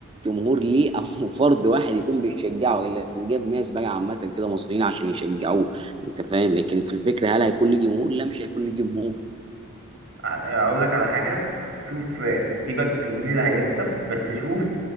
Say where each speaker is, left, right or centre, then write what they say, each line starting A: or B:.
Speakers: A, on the right; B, on the right.
A: جمهور ليه او <laughs> فرد واحد يكون بيشجعه الا اذا جاب ناس بقى عامه كده مصريين عشان يشجعوه انت فاهم لكن في الفكره هل هيكون ليه جمهور لا مش هيكون ليه جمهور
B: آه، اقول لك على حاجة شوف آه، سيبك مين اللي هيكسب بس شوف